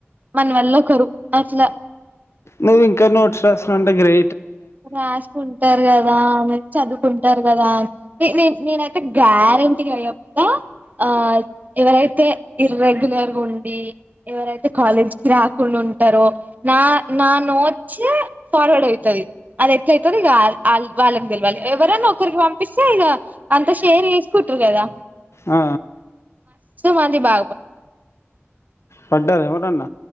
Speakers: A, on the right; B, on the left.
A: మన వల్ల ఒకరు అట్ల
B: నువ్వు ఇంకా నోట్స్ రాస్తునవ్ అంటే గ్రే
A: రాసుకుంటారు కదా చదువుకుంటారు కదా నే నే నేనైతే గ్యారంటీ గా చెప్త ఆ ఎవరైతే ఇర్రేగ్యులర్గా ఉండి ఎవరైతే కాలేజ్ కి రాకుండా ఉంటారో నా నా నోట్సే ఫార్వర్డ్ అయితది అది ఎట్ల అయితదో ఇక ఆల్ ఆల్ వాళ్లకి తెలవాలి ఎవరన్నా ఒకరికి పంపిస్తే ఇగ అంత షేర్ చేసు కుంటరు కదా
B: ఆ
A: మది బా
B: పడ్డార ఎవరన్న